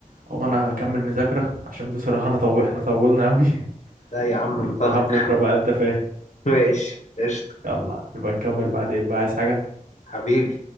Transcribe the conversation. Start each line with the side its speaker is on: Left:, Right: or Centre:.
Right: هو
Left: طب
Right: انا اكمل مذاكرة عشان بصراحة انا طو... احنا طولنا قوي <laughs>
Left: لا يا عم
Right: والامتحان
Left: انطلق
Right: بكرة بقى انت فاهم
Left: <laughs> ماشي قشطة
Right: يلا نبقى نكمل بعدين بقى عايز حاجة
Left: حبيبي